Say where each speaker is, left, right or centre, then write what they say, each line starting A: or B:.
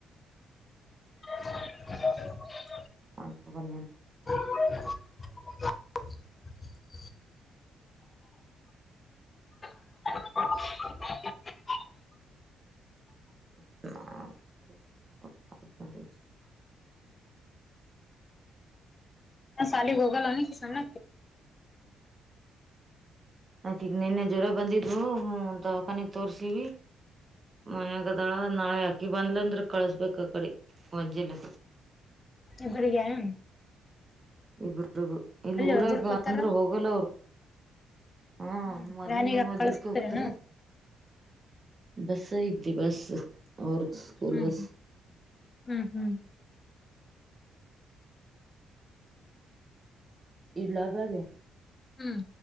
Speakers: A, on the left (about 30°); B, on the right (about 30°).
A: ಹ
B: ಆಕಬ ಮ
A: <inaudible> ಹ
B: <inaudible> <inaudible>
A: ಶಾಲ ಗೊಗಲನ ಕಿಸ್ಣ
B: ನಾಕಿಗ ನಿನ್ನೆ ಜ್ವರ ಬಂದಿದ್ವು ಹ ದವಾಖಾನೆ ತೋರ್ಸೀಿ ಮನ್ಯಾಗದಾಳ ನಾಳೆ ಅಕಿ ಬಂದ್ಲ ಅಂದ್ರೆ ಕಳ್ಸ್ಬೇಕ ಆ ಕಡೆ ಒಜ್ಜಲ್ಲ
A: ಎಬರಿಗರ
B: ಇಬ್ರಗ ಇಲ್ಲಿ ಊರಾಗ
A: ವಜ್ಜಲ್ ಕೂತಾರ
B: ಅಂದ್ರ ಹೋಗಲ್ಲ ಅವರು ಹಾ
A: ಹ್ಮ್
B: ಮೊದ್ಲಿಂದನ್
A: ವ್ಯಾನಿಗೆ
B: ಹೊಜಲ್ಕ್ಕೆ
A: ಕಳಸ್ತೀರೇನು
B: ಹೋಗತಾರ ಬಸ್ ಇದ್ದು ಬಸ್ ಅವ ಸ್ಕೂಲ್
A: ಹ್ಮ್
B: ಬಸ್
A: ಹ್ಮ್ ಹ್ಮ್ ಹ್ಮ್
B: ಇಡ್ಲಾ ಬಾಗೆ
A: ಹ್ಮ್